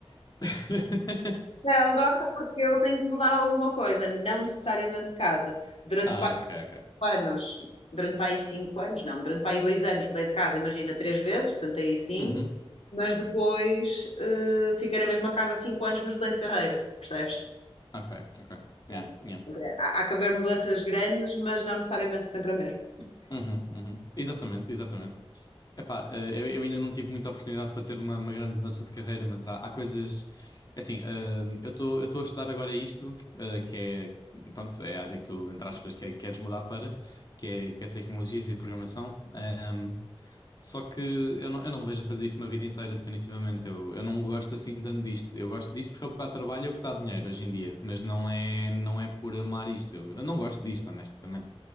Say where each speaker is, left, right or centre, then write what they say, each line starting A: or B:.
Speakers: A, on the left; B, on the left.
A: <laughs>
B: não gosto porque eu tenho que mudar alguma coisa, não necessariamente de casa. Durante
A: Ah,
B: pá,
A: ok, ok.
B: anos, durante pá, aí cinco anos, não, durante pá, aí dois anos mudei de casa, imagina, três vezes, portanto aí sim,
A: Uhum,
B: mas depois eh, fiquei na mesma casa há cinco anos, mas mudei de carreira, percebes?
A: ok, ok. Yeah,
B: Yeah.
A: yeah.
B: Há, há que haver mudanças grandes, mas não necessariamente sempre a mesma.
A: Uhum, uhum. Exatamente, exatamente. Epá, eh, eu, eu ainda não tive muita oportunidade para ter uma, uma grande mudança de carreira, mas há, há coisas. é Assim, eh, eu estou eu estou a estudar agora isto, eh, que é. Tanto é a área que tu, entre aspas, que, é, queres mudar para, que é, que é tecnologias e programação. Hum, Só que eu não, eu não me vejo a fazer isto uma vida inteira, definitivamente. Eu, eu não gosto assim tanto disto. Eu gosto disto porque é o que dá trabalho, é o que dá dinheiro hoje em dia. Mas não é, não é por amar isto. Eu, eu não gosto disto, honestamente.